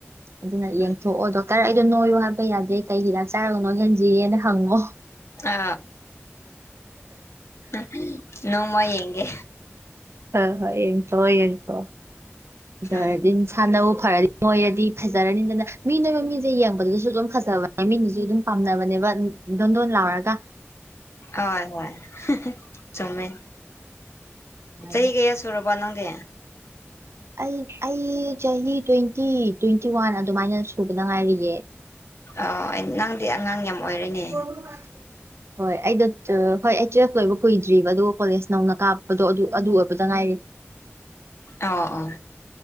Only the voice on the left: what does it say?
ꯎꯝ
ꯑ ꯑ ꯅꯣꯡꯃ ꯌꯦꯡꯒꯦ
ꯎꯝ
ꯍꯣꯏ ꯍꯣꯏ ꯆꯨꯝꯃꯦ
ꯆꯍꯤ ꯀꯌꯥ ꯁꯨꯔꯕꯣ ꯅꯪꯗꯤ
ꯑꯣ ꯑꯩ ꯅꯪꯗꯤ ꯑꯉꯥꯡ ꯌꯥꯝ ꯑꯣꯏꯔꯦꯅꯦ
ꯑꯣ ꯑꯣ